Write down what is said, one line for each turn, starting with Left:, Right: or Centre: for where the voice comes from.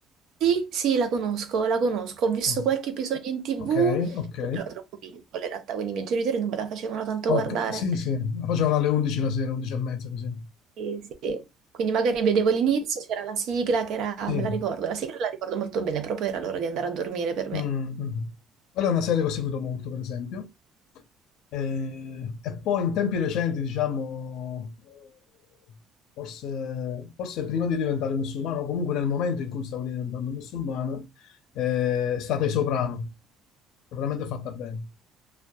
Right: Sì, sì, la conosco, la conosco. Ho visto
Left: No.
Right: qualche episodio in TV,
Left: Ok, ok.
Right: però ero troppo piccola in realtà, quindi i miei genitori non me la facevano tanto
Left: Ok,
Right: guardare.
Left: sì, sì, la facevano alle 11 la sera, 11 e mezza, così.
Right: Sì, sì. Quindi magari vedevo l'inizio, c'era la sigla che era,
Left: Sì.
Right: me la ricordo, la sigla la ricordo molto bene, però poi era l'ora di andare a dormire per me.
Left: Mm, mm. Quella è una serie che ho seguito molto, per esempio. Eh, e poi in tempi recenti, diciamo, eh, forse, forse prima di diventare musulmano, o comunque nel momento in cui stavo diventando musulmano, eh, è stata I Soprano. che È veramente fatta bene.